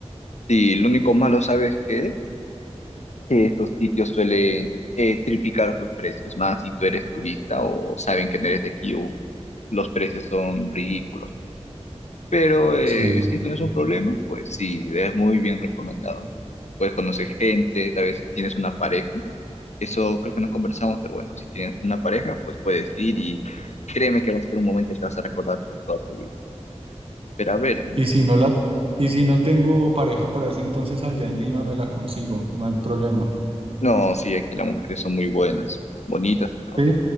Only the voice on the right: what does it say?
Sí.
Y si no la, y si no tengo pareja para ese entonces allá en Lima me la consigo, no hay problema.
¿Sí?